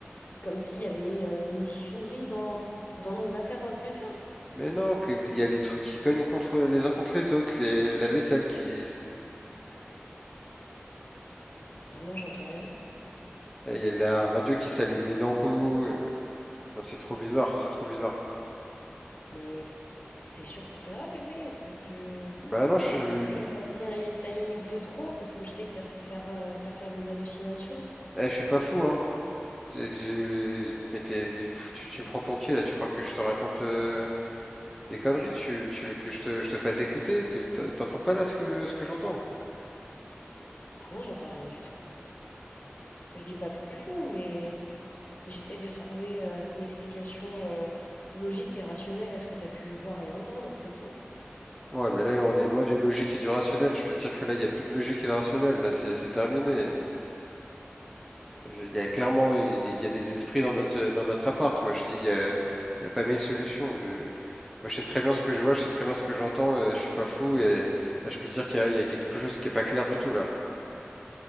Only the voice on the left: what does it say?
Comme s'il y avait euh, une souris dans, dans nos affaires dans le placard.
Ah non, j'entends rien.
Mais t'es sûr que ça va, bébé? Est-ce que tu...
T'as pas pris un
antihistaminique de trop? Parce que je sais que ça peut faire, euh, faire faire des hallucinations.
Ah non, j'entends rien du tout. Je dis pas que t'es fou, mais j'essaie de trouver euh, une explication euh, logique et rationnelle à ce que t'as pu voir et entendre, c'est tout.